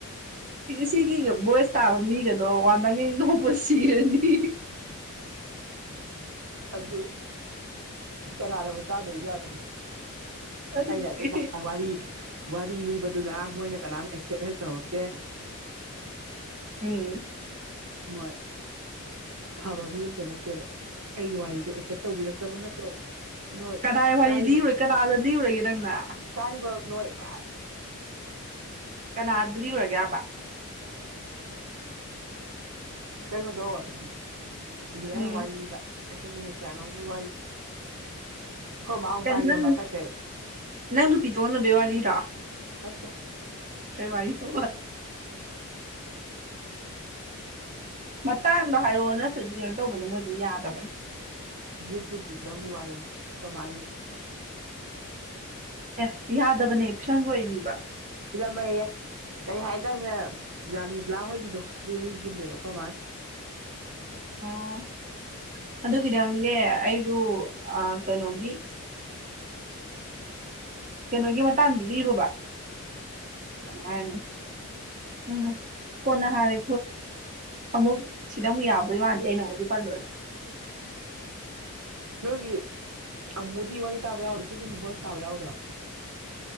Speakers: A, on the right (about 35°); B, on the right (about 80°).
A: ꯁꯤꯒꯤꯒ ꯚꯣꯏꯁ ꯇꯥꯕ ꯃꯤꯒꯗꯣ ꯋꯥ ꯅꯉꯩ ꯅꯣꯛꯧꯕ ꯁꯤꯔꯅꯤ
B: <unintelligible> <inaudible> ꯑꯗꯨ ꯀꯅꯥꯔꯕ ꯇꯥꯗꯣꯏ ꯖꯥꯗꯣ
A: ꯈꯪꯗꯦ
B: ꯑꯩꯅ ꯑꯗꯨ ꯋꯥꯔꯤ ꯋꯥꯔꯤ ꯂꯤꯕꯗꯨꯅ ꯃꯣꯏꯅ ꯀꯅꯥꯝ ꯑꯦꯛꯁꯦꯞ ꯍꯦꯛ ꯇꯧꯔꯛꯇꯦ
A: ꯃꯤ
B: ꯍꯣꯏ ꯑꯐꯕ ꯃꯤ ꯑꯇ ꯅꯠꯇꯦꯕ ꯑꯩꯒꯤ ꯋꯥꯔꯤꯗꯣ ꯑꯦꯛꯁꯦꯞ ꯇꯧꯕꯤꯔꯛꯇꯕ ꯅꯠꯇ꯭ꯔꯣ ꯅꯣꯏ
A: ꯀꯗꯥꯏ ꯋꯥꯔꯤ
B: ꯇꯥꯔꯤꯕ
A: ꯂꯤꯔꯨꯔꯦ ꯀꯅꯥꯗ ꯂꯤꯔꯨꯔꯒꯦ ꯅꯪꯅ
B: ꯇꯥꯔꯤꯕ ꯅꯣꯏ ꯀꯥ
A: ꯀꯅꯥꯗ ꯂꯤ ꯎꯔꯒꯦꯕ
B: ꯀꯩꯃꯣ ꯇꯧ ꯑꯗꯨꯗ
A: ꯎꯝ
B: ꯑ ꯋꯥꯔꯤ ꯂꯤꯕ ꯑꯩꯇ ꯃ ꯀꯌꯥꯅꯎꯒꯤ ꯋꯥꯔꯤ ꯋꯥꯔꯤ ꯑꯩꯈꯣꯏ ꯃꯥ ꯑꯃꯨꯛ
A: ꯀ
B: ꯄꯥꯏꯒꯦ
A: ꯅ
B: ꯄꯥꯏꯈꯠꯈ꯭ꯔꯦ
A: ꯅꯪ ꯅꯨꯄꯤꯤ ꯇꯣꯅ ꯦꯋꯥꯗꯤ ꯔ
B: ꯀꯠꯇꯦ
A: ꯀꯩ ꯋꯥꯔꯤ ꯋꯥꯔꯤ ꯇꯕꯁ ꯃꯇꯥꯡꯗꯣ ꯍꯥꯏꯔꯛꯑꯣ ꯅꯠꯇꯗꯤ ꯀꯩꯅꯣ ꯇꯧꯕꯅꯦ ꯃꯣꯏꯗꯣ ꯌꯥꯗꯕꯅꯦ
B: ꯌꯨꯇꯨꯕꯀꯤ ꯐꯤꯂꯝꯒꯤ ꯋꯥꯔꯤ ꯃꯥ
A: ꯑꯦ ꯌꯥꯗꯕꯅꯦ ꯐꯤꯁꯪ ꯂ ꯑꯣꯏꯔꯤꯕ꯭ꯔꯥ
B: ꯐꯤꯂꯝ ꯍꯌꯦ ꯀꯩ ꯍꯥꯏꯗꯪꯅꯦ ꯔꯥꯅꯤ ꯭ꯂꯥ ꯍꯣꯏꯒꯤꯗꯣ ꯑꯗꯨ ꯂꯤꯈꯤꯕꯅꯦꯕꯀꯣ ꯃꯥꯅ <unintelligible> <inaudible>
A: ꯑꯣ ꯑꯗꯨꯒꯤꯗꯪꯅꯦ ꯑꯩꯁꯨ ꯀꯩꯅꯣꯒꯤ ꯀꯩꯅꯣꯒꯤ ꯃꯇꯥꯡꯗꯨ ꯏꯔꯨꯕ ꯀꯃꯥꯏꯅꯤ ꯎ ꯀꯅ ꯍꯥꯏꯔꯦ ꯑꯃꯨꯛ ꯁꯤꯗ ꯑꯃꯨꯛ ꯌꯥꯕꯩ ꯃꯗꯦ ꯑꯩꯅ ꯑꯃꯨꯛ ꯑꯗꯨ ꯀꯜꯂꯣꯏꯔ
B: ꯅꯣꯏꯒꯤ ꯑꯃꯨꯗꯤ ꯋꯥꯔꯤ ꯇꯥꯕ ꯌꯥꯎꯗ꯭ꯔꯥ ꯁꯤꯒꯨꯝꯕ ꯚꯣꯏꯁ ꯇꯥꯕ ꯌꯥꯎꯗ꯭ꯔꯥ